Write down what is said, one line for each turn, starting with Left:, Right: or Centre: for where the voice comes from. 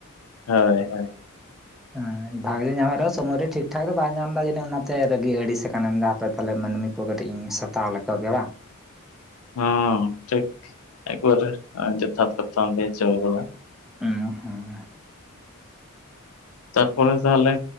Left: ᱦᱳᱭ ᱦᱳᱭ
Centre: ᱦᱮᱸ ᱵᱷᱟᱜᱽᱮ ᱧᱟᱢᱮᱫ ᱨᱮᱦᱚᱸ ᱥᱚᱢᱚᱭ ᱨᱮ ᱴᱷᱤᱠ ᱴᱷᱟᱠ ᱫᱚ ᱵᱟᱭ ᱧᱟᱢᱫᱟ ᱡᱟᱹᱱᱤᱡ ᱚᱱᱟᱛᱮ ᱨᱟᱹᱜᱤ ᱟᱹᱲᱤᱥ ᱠᱟᱱᱟ ᱦᱟᱯᱮ ᱛᱟᱦᱞᱮ ᱢᱟᱹᱱᱢᱤ ᱠᱚ ᱠᱟᱹᱴᱤᱡ ᱤᱧ ᱥᱟᱛᱟᱣ ᱞᱮᱠᱚᱜᱮ ᱵᱟᱝ
Left: ᱦᱚᱸ ᱴᱷᱤᱠ ᱮᱠᱵᱟᱨᱮ ᱡᱚᱛᱷᱟᱛ ᱠᱟᱛᱷᱟᱢ ᱞᱟᱹᱭ ᱦᱚᱪᱚ ᱟᱠᱟᱫᱟ
Centre: ᱦᱩᱸ ᱦᱩᱸ
Left: ᱛᱟᱨᱯᱚᱨᱮ ᱛᱟᱦᱞᱮ